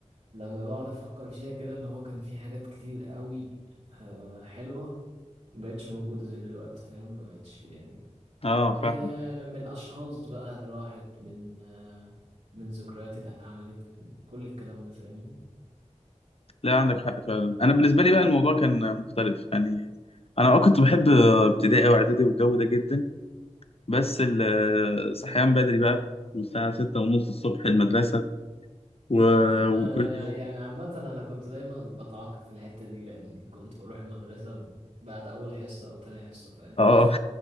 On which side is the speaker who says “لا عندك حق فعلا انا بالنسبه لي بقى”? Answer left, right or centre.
Left